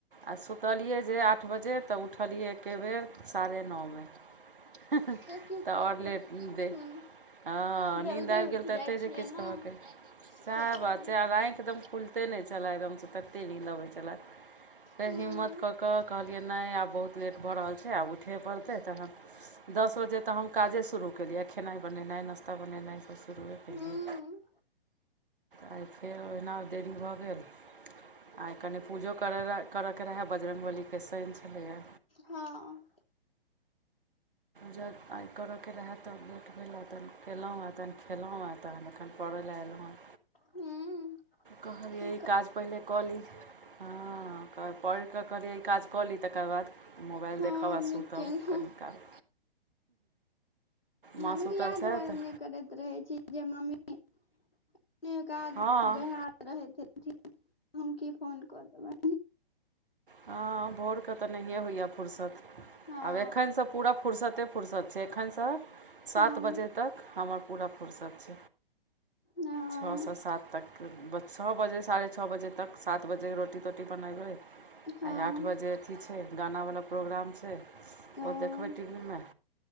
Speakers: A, on the right; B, on the left.
A: आ सुतलियै जे आठ बजे तऽ उठलियै एककैबेर साढ़े न में तऽ
B: से की
A: आओर
B: करबै
A: लेट दे
B: हूँ
A: हँ
B: जल्दी
A: नींन्द आबि
B: उठि
A: गेल तऽ एतहि
B: जाइ छियै
A: जे किछु
B: ने
A: द क देब सेहे
B: तै दुआरे
A: बात छले ‌आ आँखि एकदम खुलिते नहि छलय एकदमसँ ततेक नी ल अबै छलय फेर
B: हूँ
A: हिम्मत कऽ कऽ कहलियै नहि आब बहुत लेट भऽ रहल छै आब उठय पड़तै तखन दस बजे तऽ हम काजे शुरू केलियै खेनाइ बनेनाइ नाश्ता बनेनाइसभ शुरूए केलियै
B: हूँ
A: आ य फेर ओहिना देरी भऽ गेल आइ कनि पूजो करयके रहए बजरङ्गबलीके शनि छलैए यै
B: हँ
A: जब आइ करऽके रहै तब लेट भेल त केलहुँ आ तखन खेलहुँ एखन
B: हूँ
A: कहलिय
B: की
A: जे ई काज परैले एलहु पहिनेे कऽ ली हँ पढ़ि कऽ कहलियै ई काज कऽ ली तकर बाद मोबाइल
B: कहु
A: देखब
B: हँ
A: आ
B: नीक
A: सुतब
B: केलहुँ
A: कनि काल माँ
B: हमहूँ
A: सुतल
B: यएह
A: छथि
B: दुआरे नहि करैत रहै छी जे मम्मी काजमे
A: हँ
B: बह रहैत हेथिन हम की फोन कऽ देबै
A: हँ भोरके तऽ नहिए होइएा फुरसत
B: हँ
A: आब एखनसँ पूरा फुुरसते फुरसत छै एखनसँ सात
B: हँ
A: बजे तक हमर पूरा फुरसत
B: हँ
A: छ सए सात तक छओ बजे साढ़े छओ बजे तक सात बजे रोटी तोटी बनैबै
B: हँ
A: आइ आठ बजे अथी छै गानावला प्रोग्राम छै ओ
B: ओ
A: देखबै टी वी मे